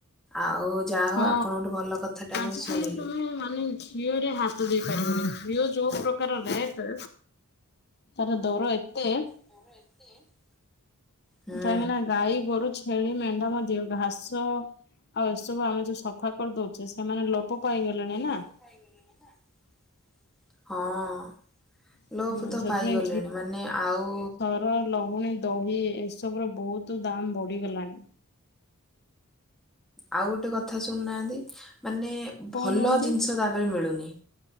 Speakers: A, in the centre; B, on the left.
A: ଆଉ। ଯାହା ହଉ
B: ହଁ
A: ଆପଣଙ୍କଠୁ ଭଲ କଥାଟା ଆମେ
B: ଆଜିକାଲି
A: ଶୁଣିଲୁ।
B: ତମେ ମାନେ। ଘିଅରେ ହାତ ଦେଇ ପାରିବନି ଘିଅ ଯୋଉ ପ୍ରକାର ରେଟେ। ତାର ଦର ଏତେ।
A: <unintelligible> ହୁଁ
B: କାହିଁକିନା ଗାଈ ଗୋରୁ ଛେଳି ମେଣ୍ଢା ମଧ୍ୟ ଘାସ ଆଉ ଏସବୁ ଆମେ ଯୋଉ ସଫା। କରି ଦଉଛେ ସେମାନେ ଲୋପ ପାଇଗଲେଣି ନା।
A: ହଁ।
B: ହୁଁ
A: ଲୋପ ତ
B: ସେଥିପାଇଁ
A: ପାଇଗଲେଣି ମାନେ ଆଉ।
B: ଘିଅ ଲହୁଣୀ ଦହି ଏସବୁ ର ବହୁତ ଦାମ ବଢିଗଲାଣି।
A: ଆଉ ଗୋଟେ କଥା ଶୁଣୁନାହାନ୍ତି ମାନେ
B: କହୁନାହାନ୍ତି
A: ଭଲ ଜିନିଷ ତାପରେ ମିଳୁନି।